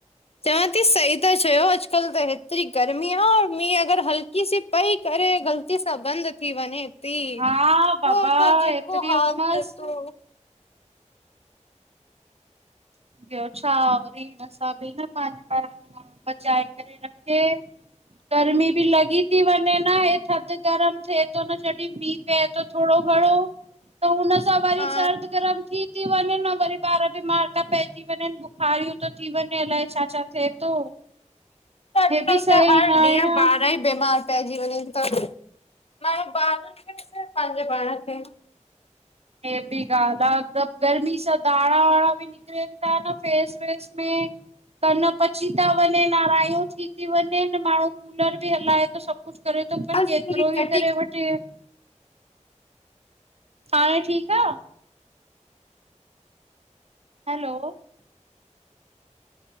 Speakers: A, on the left; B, on the right.
A: चवां थी सही ता चयो अॼुकल्ह त हेतरी गर्मी आ औ मीं अगर हल्की सी पई करे ग़लती सां बंद थी वञे। थी
B: हा
A: पोइ
B: बाबा
A: त जेको
B: एतिरी
A: हाल
B: उमस
A: थिए थो।
B: ॿियो छा वरी हिन सभ पंहिंजे प पचाए करे रखे। गर्मी बि लॻी थी वञे न हे थधि गरम थिए थो न जॾहिं मींह पए थो। थोरो घणो। त हुन सां वरी
A: हा
B: सर्द गरम थी, थी वञे न वरी ॿार बि मार ता पइन। थी वञन बुखारियूं थो थी वञे। अलाए छा, छा थिए थो।
A: अॼुकल्ह
B: हे बि सही
A: त हर
B: न आहे
A: ॾींहं
B: न
A: ॿार ई बीमार पइजी वञन। मांण्हू ॿारनि खे ॾिसे पंहिंजे पाण खे।
B: हे बि ॻाल्ह आ हिकबु गर्मी सां धाणा वाणा बि निकिरन था न। फेस वॉश में त न पची ता वञन आारायूं थी थी वञन माण्हू कूलर बि हलाए थो सघ कुझ करे थो पर
A: आवाज़
B: केतिरो
A: थोड़ी कटी
B: ई करे वठे -- हाणे ठीकु आ? हलो --